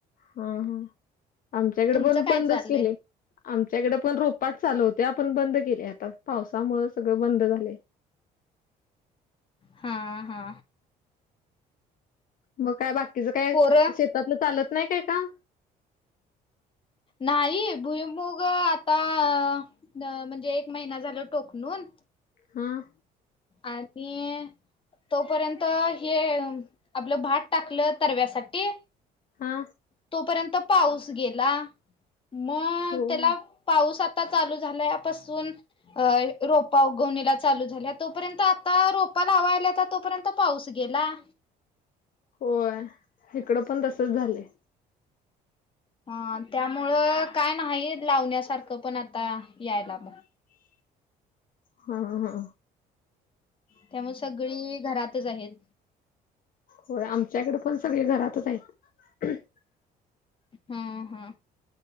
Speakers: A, on the left; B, on the left.
A: हा हा आमच्याकड
B: तुमचं
A: पण
B: काय
A: बंदच
B: चाललंय
A: केलयं आमच्याकड पण रोपाच चालू होत्या पण बंद केलय आता पावसामूळ सगळं बंद झालय.
B: हा हा
A: म काय बाकीच काय
B: पोरं
A: शेतातलं चालत नाही काय काम.
B: नाही भुईमुग आता म्हणजे एक महिना झाल टोकणून.
A: हां
B: आणि तो पर्यंत हे आपलं भात टाकलं तरव्यासाठी.
A: हा
B: तोपर्यंत पाऊस गेला मग
A: होय
B: त्याला पाऊस आ आत्ता चालू झाल्यापासून अ रोपा उगवणीला चालू झाल्या तोपर्यंत आता रोपा लावाय आल्या आता तोपर्यंत पाऊस गेला.
A: होय इकडं पण तसच झालंय.
B: हा त्यामुळं काय नाही लावण्यासारखं पण आता यायला मग
A: हा हा हा
B: त्यामुळ सगळी घरातच आहेत.
A: होय आमच्याकड पण सगळी घरातच हैत.
B: हम्म हम्म